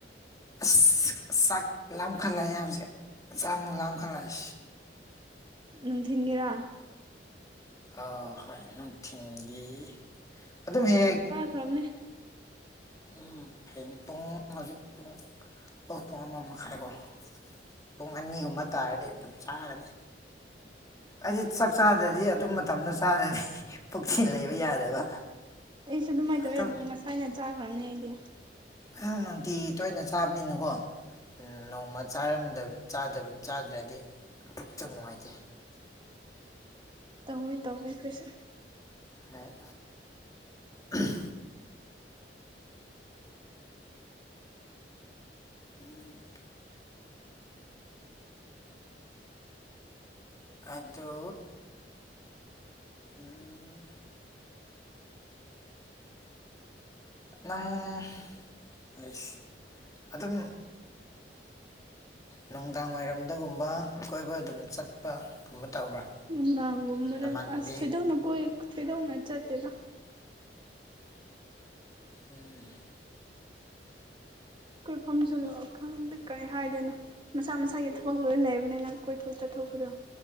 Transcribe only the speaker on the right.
ꯅꯨꯡꯊꯤꯟꯒꯤꯔꯥ
ꯈꯔꯝꯅꯦ
ꯑꯩꯁꯨ ꯑꯗꯨꯃꯥꯏꯅ ꯇꯧꯋꯦ
ꯑꯗꯨ ꯉꯁꯥꯏꯅ ꯆꯥꯈ꯭ꯔꯕꯅꯦ ꯑꯩꯗꯤ
ꯇꯧꯋꯏ ꯇꯧꯋꯏ ꯑꯩꯈꯣꯏꯁꯨ
ꯅꯨꯡꯗꯥꯪꯒꯨꯝꯕꯅꯗꯤ
ꯑꯁ ꯊꯣꯏꯗꯣꯛꯅ ꯀꯣꯏ ꯊꯣꯏꯗꯣꯛꯅꯥ ꯆꯠꯇꯦꯗ
ꯀꯣꯏꯐꯝꯁꯨ ꯂꯣꯛ ꯈꯪꯗꯦ ꯀꯔꯤ ꯍꯥꯏꯗꯣꯏꯅꯣ ꯃꯁꯥ ꯃꯁꯥꯒꯤ ꯊꯕꯛ ꯂꯣꯏ ꯂꯩꯕꯅꯤꯅ ꯀꯣꯏꯊꯣꯛ ꯆꯠꯊꯣꯛꯄꯗꯣ